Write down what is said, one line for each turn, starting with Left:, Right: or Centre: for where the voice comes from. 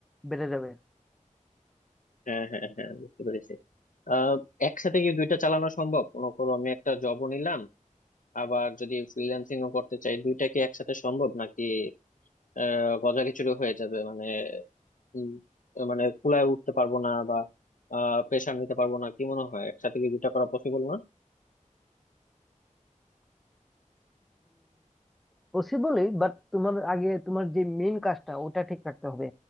Centre: বেড়ে যাবে
Left: হ্যাঁ হ্যাঁ হ্যাঁ বুঝতে পেরেছি আহ, একসাথে কি দুইটা চালানো সম্ভব মনে করো আমি একটা জবও নিলাম আবার যদি ফ্রিল্যান্সিং ও করতে চাই দুইটা কি একসাথে সম্ভব নাকি আহ গজাখিচুড়ি হয়ে যাবে মানে উম, মানে কুলায় উঠতে পারবো না বা আহ প্রেশার নিতে পারবো না কি মনে হয় একসাথে কি দুইটা করা পসিবল না
Centre: পসিবলই বাট তোমার আগে তোমার যে মেইন কাজটা ওটা ঠিক রাখতে হবে